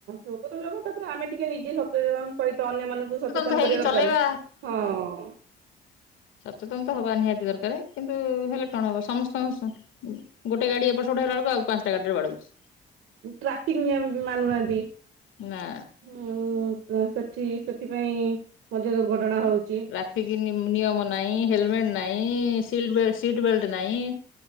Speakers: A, on the right; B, on the left.
A: ଯୋଗ ତ ଯୋଗ ତାପରେ ଆମେ ଟିକେ ନିଜେ ସଚେତନ ସହିତ ଅନ୍ୟମାନଙ୍କୁ ସଚେତନ
B: ତ ହେଇକି
A: କରିବା
B: ଚଲେଇବା
A: ଦରକାର ହଁ।
B: ସଚେତନ ତ ହବା ନିହାତି ଦରକାର କିନ୍ତୁ ହେଲେ କଣ ହବ ସମସ୍ତଙ୍କ ଗୋଟେ ଗାଡି ଏପଟ ସେପଟ ହେଲା ବେଳକୁ ଆଉ ପାଞ୍ଚଟା ଗାଡିରେ ବାଡୋଉଛି।
A: ଟ୍ରାଫିକ ନିୟମ ବି ମାନୁ ନାହାନ୍ତି।
B: ନା
A: ହୁଁ ସେଠି ସେଥିପାଇଁ ମଧ୍ୟ ଦୁର୍ଘଟଣା ହଉଚି।
B: ଟ୍ରାଫିକ ନି ନିୟମ ନାହିଁ ହେଲମେଟ ନାହିଁ ସିଲ୍ ବେ ସିଟ୍ ବେଲ୍ଟ ନାହିଁ।